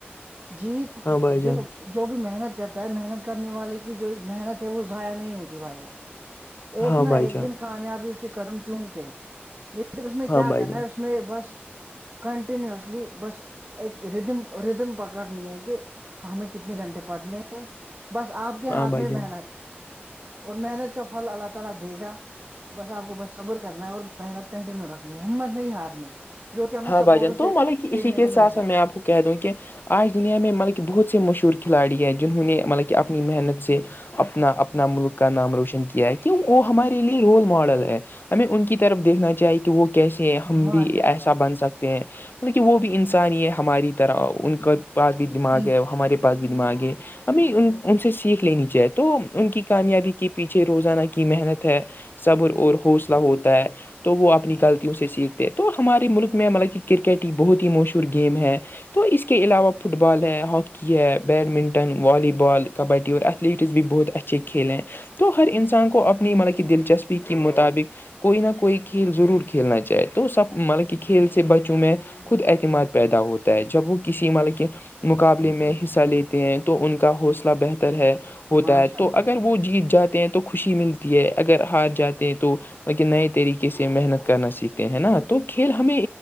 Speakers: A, on the right (about 40°); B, on the left (about 55°).
A: جی
B: ہاں بھائی جان
A: دیکھو جو بھی محنت کرتا ہے محنت کرنے والے کی جو محنت ہے وہ ضائع نہیں ہوتی بھائی جان ایک
B: ہاں
A: نہ
B: بھائی
A: ایک
B: جان
A: دن کامیابی اس کے قدم چومتے لیکن اس میں
B: ہاں
A: کیا
B: بھائی
A: کرنا
B: جان
A: ہے میں بس کنٹنیسلی بس اک ردم ردم پکڑنی ہے کہ ہمیں کتنے گھنٹے پڑنے بس آپ کے
B: ہاں
A: ہاتھ
B: بھائی
A: میں
B: جان
A: محنت اور محنت گا بس آپ کو بس صبر کرنا ہے اور محنت کنٹینیو رکھنی ہے ہمت نہیں ہارنی ہے جو کہ ہمیں
B: ہاں
A: سپورٹ
B: بھائی جان تو
A: سے
B: مطلب
A: سیکھنے
B: اسی کے
A: کو
B: ساتھ
A: ملتا
B: ساتھ میں
A: ہے
B: آپ کو کہ دوں کہ آج دنیا میں ملک کہ بہت سے مشہور کھلاڑی ہیں جنہوں نے مطلب کہ اپنی محنت سے اپنا اپ اپنا ملک کا نام روشن کیا ہے کی وہ ہمارے لیے رول ماڈل ہے ہمیں ان کی طرف دیکھنا جائے کہ وہ کیسے ہیں ہم
A: ماشاء
B: بھی
A: اللہ
B: ایسا
A: بھائی
B: بن سکتے ہیں مطلب کہ وہ بھی انسانی ہے ہماری طرح ان کا پاس بھی دماغ
A: جان۔
B: ہے ہمارے پ پس بھی دم آ گے ہمیں ان سے سیکھ لینی چاہے تو ان کی کامیابی کے پیچھے روزانہ کی محنت ہے صبر اور حوصلہ ہوتا ہے تو وہ اپنی غلطیوں سے سیکھتے تو ہمارے ملک میں مطلب کہ کرکٹ ایک بہت ہی مشہور گیم ہے تو اس کے علاوہ فٹ بال ہے ہاکی ہے بیڈمنٹن والی بال کبڈی اور ایتھلیٹس بھی بہت اچھے کھیلے ہیں تو ہر انسان کو اپ مط کی دلچسپی کے مطابق کوئی نہ کوئی کھیل ضرور کھیلنا چاہے تو سب مطلب کھیل سے بچوں میں خود اعتماد پیدا ہوتا ہے جب وہ کسی مطلب کے مقابلے میں حصہ لیتے ہیں تو ان کا حوصلہ بہتر ہے ہوتا
A: ماشاء
B: ہے
A: اللہ
B: تو
A: بھجن
B: اگر وہ جیت جاتے ہیں تو خوشی ملتی ہے اگر ہات جاتے تو کہ نئے طریقے سے محنت کرنا سیکھتے ہیں ہے نا تو کھیل ہمیں